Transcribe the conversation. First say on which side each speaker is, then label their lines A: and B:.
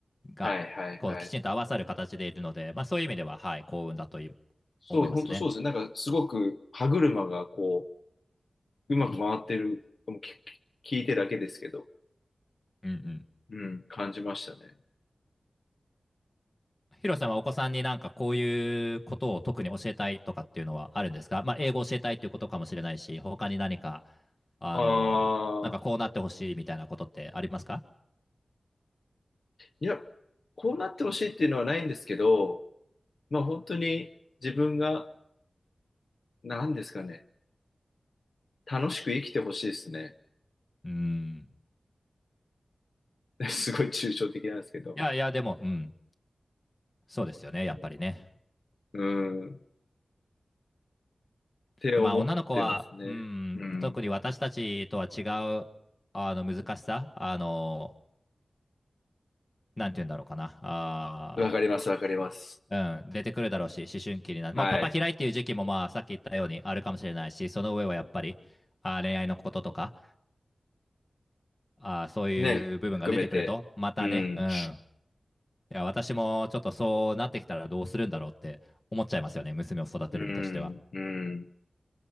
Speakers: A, on the left; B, on the left.
A: が、
B: はいはいはい。
A: こうきちんと合わさる形でいるので、まあ、そういう意味では、はい、幸運だとい
B: そう、
A: 思いますね。
B: 本当そうですね。なんかすごく歯車がこう、うまく回ってる、もうきき聞いてだけですけど、
A: うんうん。
B: うん、感じましたね。
A: ヒロさんはお子さんになんかこういうことを特に教えたいとかっていうのはあるんですか、まあ、英語を教えたいっていうことかもしれないし、他に何か、あの、
B: あ
A: なんかこうなってほしいみたいなことってありますか
B: あ、いや、こうなってほしいっていうのはないんですけど、まあ本当に自分が、なんですかね、楽しく生きてほしいですね。
A: うん。
B: <laughs> すごい抽象的なんですけど。
A: いやいや、でも、うん、そうですよね、やっぱりね。
B: うん、って思ってますね。
A: で、まあ、女の子は、うん、
B: うん。
A: 特に私たちとは違う、あの、難しさ、あの、なんて言うんだろうかな。あー
B: わかります、わかります。
A: うん、出てくるだろうし、思春期になる。
B: はい。
A: まあ、パパ嫌いっていう時期も、まあ、さっき言ったようにあるかもしれないし、その上はやっぱり、あー、恋愛のこととか、あー、そういう部分が出てくると、
B: ね、含めて。
A: またね、
B: うん、
A: うん。いや、私もちょっとそうなってきたらどうするんだろうって思っちゃいますよね。娘を育てる身としては。
B: うん、うん。